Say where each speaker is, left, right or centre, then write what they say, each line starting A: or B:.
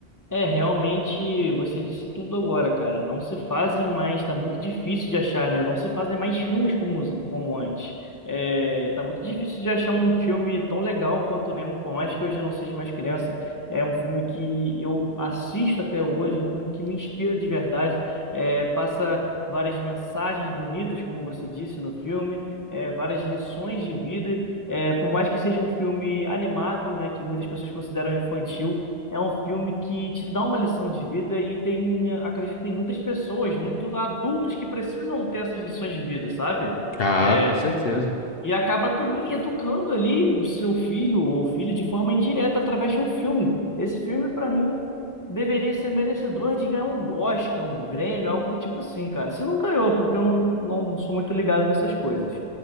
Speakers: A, on the left (about 15°); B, on the left (about 60°).
A: É, realmente, você disse tudo agora, cara. Não se fazem mais, tá muito difícil de achar, né? Não se fazem mais filmes como, os- como antes. É, tá muito difícil de achar um filme tão legal quanto o Nemo, por mais que hoje eu não seja mais criança. É um filme que eu assisto até hoje, um filme que me inspira de verdade. É, passa várias mensagens bonitas, como você disse no filme, é, várias lições de vida. É, por mais que seja um filme animado, né, que muitas pessoas consideram infantil. É um filme que te dá uma lição de vida e tem, acredito que tem muitas pessoas, muitos adultos que precisam ter essas lições de vida, sabe?
B: Ah,
A: É,
B: com certeza.
A: e acaba também educando ali o seu filho ou filha de forma indireta através de um filme. Esse filme, para mim, deveria ser merecedor de ganhar um Oscar, um Grêmio, algo do tipo assim, cara. Se não ganhou, porque eu não, não sou muito ligado nessas coisas.